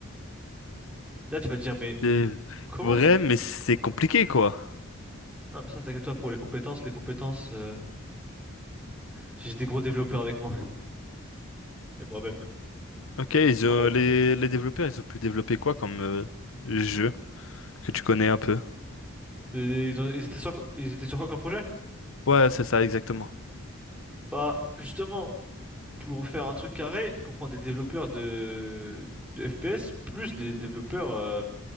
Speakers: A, in the centre; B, on the left.
A: Là, tu vas te dire, mais
B: C'est
A: comment
B: vrai,
A: mixer?
B: mais c'est compliqué, quoi.
A: Non, mais ça, t'inquiète-toi pour les compétences. Les compétences, euh, j'ai des gros développeurs avec moi <laughs> et moi-même.
B: Ok, ils ont-
A: Ah bref,
B: les, les développeurs, ils ont pu développer quoi comme euh, jeu que tu connais un peu?
A: Et ils ont- ils étaient sur, ils étaient sur quoi comme projet?
B: Ouais, c'est ça, exactement.
A: Bah, justement, pour faire un truc carré, il faut prendre des développeurs de, de FPS plus des développeurs. euh,